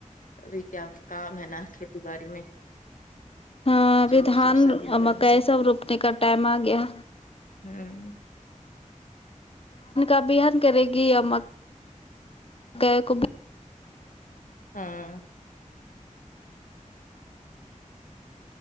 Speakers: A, on the left (about 80°); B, on the left (about 45°).
A: ابھی کیا کام ہے نا کھیتی باڑی میں
B: ہاں ابھی
A: چور
B: دھان
A: سور سبھی ادھر
B: مکئی
A: ہے
B: سب روپنے کا ٹائم آ گیا
A: ہوں
B: ابھیان کرے گی اما گائے کو بھی
A: ہاں